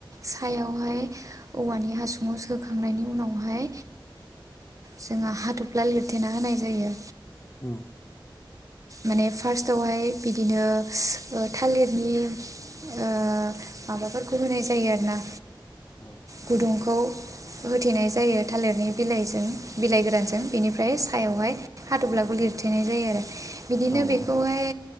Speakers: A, on the right; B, on the left.
A: सायावहाय औवानि हासुंङाव सोखांनायनि उनावहाय जोंङो हाथफ्ला लिरथेना होनाय जायो।
B: <inaudible>
A: माने फार्स्टावहाय बिदिनो थालिरनि ओ माबाफोरखौ होनाय जायो आरोना
B: औ
A: गुदुंखौ होथेनाय जायो। थालिरनि बिलाइजों बिलाइ गोरानजों बिनिफ्राय ओमफ्राय सायावहाय हाथब्लाखौ लिरथेनाय जायो आरो बिदिनो
B: औ
A: बेखौहाय